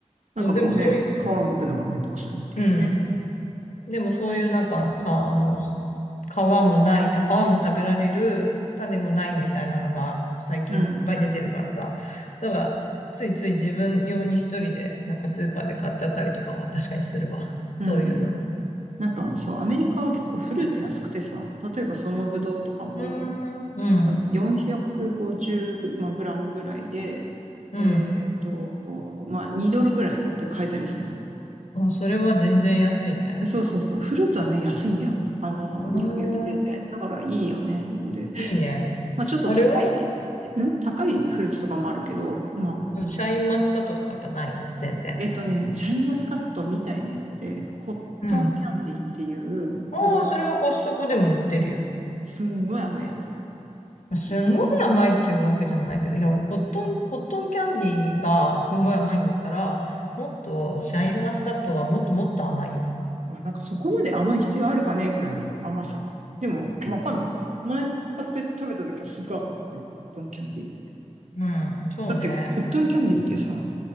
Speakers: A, on the right; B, on the left.
A: なんかこうね、
B: そう、でもそういう、
A: 皮むくのがめんどくさいっていうね。
B: うん。でもそういうなんかさ、あの、皮もない、あ、皮も食べられる、種もないみたいなのが最近いっぱい出てるからさ。
A: うん。うん。
B: だから、ついつい自分用に一人で、なんかスーパーで買っちゃったりとかは確かにするわ。そういうの。
A: うん。なんかそう、アメリカは結構フルーツ安くてさ、例えばそのブドウとかも
B: うーん、うん、
A: あの450、まあ、グラムぐらいで、
B: うん。
A: えっと、まあ2ドルぐらいで買えたりするんだわ。
B: あ、それは全然安いね。
A: そうそうそう。フルーツはね、安いんだよ。あの、
B: うーん、
A: 日本より全然。だからいいよね。で、
B: いいね。
A: まあちょっと高い、
B: あれは
A: ん高いフルーツとかもあるけど、まあ、
B: あのシャインマスカットとかやっぱないの全然。
A: うん。えっとね、シャインマスカットみたいなやつで、コットンキャンディーっていうぶどう、
B: うん。ああ、それはコストコでも売ってるよ。
A: すんごい甘いやつ。
B: まあすんごい甘いっていうわけじゃないけど、いや、コットン、コットンキャンディーがすんごい甘いんだったら、もっと、シャインマスカットはもっともっと甘いよ。
A: まあなんかそこまで甘い必要あるかねぐらいの甘さ。でも、わかんない。前買って食べた時はすっごい甘かったよ。コットンキャンディー。
B: うん、そうね。
A: だって、コットンキャンディーってさ、